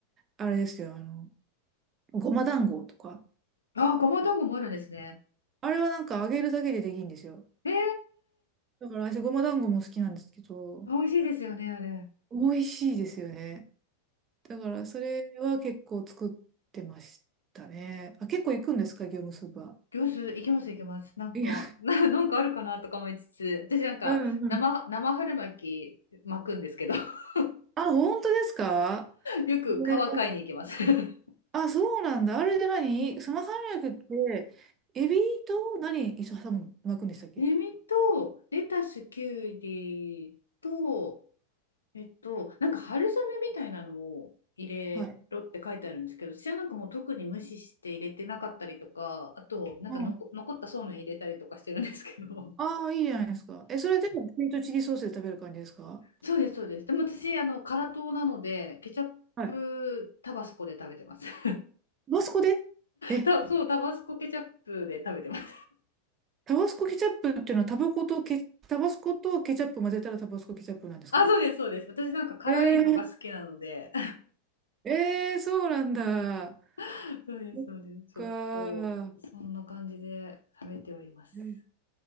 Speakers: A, on the right (about 25°); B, on the left (about 75°).
A: あれですよ、あの、ごま団子とか。
B: あ、ごま団子もあるんですね。
A: あれはなんか揚げるだけでできるんですよ。
B: えー、
A: だから私、ごま団子も好きなんですけど、
B: 美味しいですよね、あれ。
A: 美味しいですよね。だから、それは結構作ってましたね。あ、結構行くんですか、業務スーパ
B: 行子いけますいけます。なんか、
A: ー。いや、
B: <laughs> な、なんかあるかなとか思いつつ、私なんか生、
A: うんうん。
B: 生春巻き巻くんですけど、<laughs>
A: あ、本当ですか
B: よく皮買いに行きます。
A: ね
B: <laughs>
A: あ、そうなんだ。あれで何スマーハンライクって、エビと何一緒に挟む巻くんでしたっけ
B: ネミとレタス、キュウリと、えっと、なんか春雨みたいなのを入れろって書いてあるんですけど、
A: はい。
B: 私はなんかもう特に無視して入れてなかったりとか、あと、なんかのこ残ったそうめん入れたりとかしてるんですけど、
A: うん。ああ、いいじゃないですか。え、それで、ピリトチリソースで食べる感じですか
B: <laughs> そうです、そうです。でも私、あの、辛党なので、ケチャップタバスコで食べてます。
A: はい。
B: <laughs>
A: タバスコでえ、
B: た <laughs> そう、タバスコケチャップで食べてます。
A: タバスコケチャップっていうのはタバコとケ、タバスコとケチャップ混ぜたらタバスコケチャップなんですか
B: <laughs> あ、そうです、そうです。私なんか辛いのが好きなので、
A: えー、えー、そうなんだ。
B: <laughs> そうです、
A: そっかー。
B: そうです。ちょっと、そんな感じで食べております。
A: え